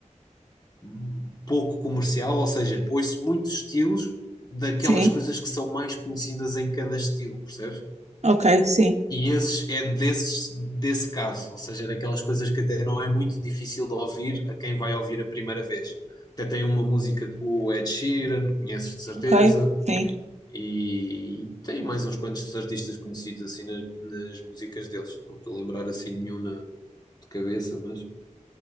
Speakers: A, on the left; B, on the right.
A: hum, pouco comercial, ou seja, ouço muitos estilos daquelas
B: Sim.
A: coisas que são mais conhecidas em cada estilo, percebes?
B: Ok, sim.
A: E esses é desses, desse caso, ou seja, é daquelas coisas que até não é muito difícil de ouvir a quem vai ouvir a primeira vez. Até tem uma música com o Ed Sheeran, conheces de certeza,
B: Ok, sim.
A: e tem mais uns quantos artistas conhecidos assim nas, nas músicas deles. Não estou a lembrar assim nenhum na, de cabeça, mas